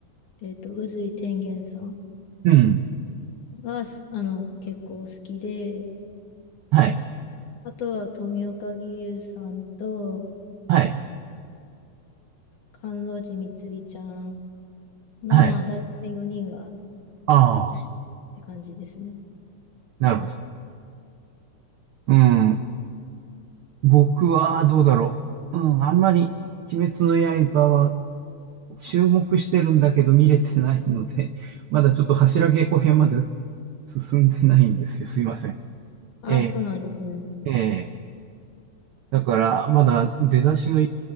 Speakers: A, on the left (about 80°); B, on the right (about 85°).
A: えっと、宇髄天元さん
B: うん。
A: が、すあの、結構好きで、
B: はい。
A: あとは富岡義勇さんと、
B: はい。
A: 甘露寺みつりちゃんの、
B: はい。
A: まあ、大体4人が
B: ああ、
A: 好きって感じですね。
B: なるほど。うん。僕はどうだろう。うん、あんまり鬼滅の刃は注目してるんだけど見れてないので、<laughs> まだちょっと柱稽古編まで進んでないんですよ。すいません。
A: ああ、
B: ええ、
A: そうなんですね。
B: ええ。だから、まだ出だしの